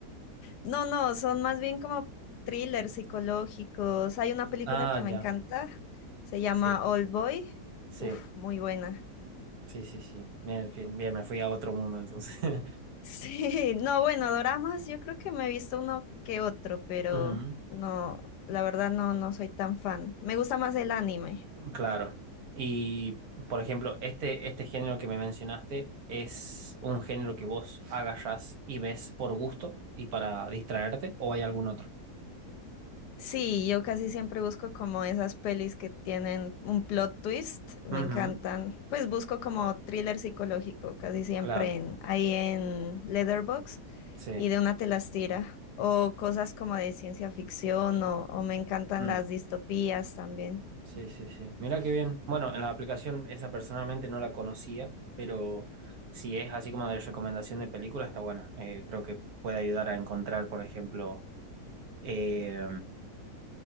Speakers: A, on the left; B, on the right.
A: No, no, son más bien como thrillers psicológicos. Hay una película
B: Ah,
A: que me
B: ya.
A: encanta, se llama
B: Sí,
A: Old Boy.
B: sí,
A: Uf, muy buena. <laughs>
B: sí, sí, sí. Bien, en fin, bien, me fui a otro mundo entonces. <laughs>
A: Sí, no, bueno, doramas, yo creo que me he visto uno que otro, pero
B: Ujú.
A: no, la verdad no, no soy tan fan. Me gusta más el anime.
B: Claro. Y, por ejemplo, este, este género que me mencionaste es un género que vos agarrás y ves por gusto y para distraerte, o hay algún otro.
A: Sí, yo casi siempre busco como esas pelis que tienen un plot twist, me
B: Ujú,
A: encantan. Pues busco como thriller psicológico, casi siempre
B: Claro,
A: en, ahí en Letterboxd
B: sí.
A: y de una te las tira. O cosas como de ciencia ficción o, o me encantan
B: Mm,
A: las distopías también.
B: Sí, sí, sí. Mira qué bien. Bueno, en la aplicación esa personalmente no la conocía, pero si es así como de recomendación de película, está bueno. Eh, creo que puede ayudar a encontrar, por ejemplo, eh,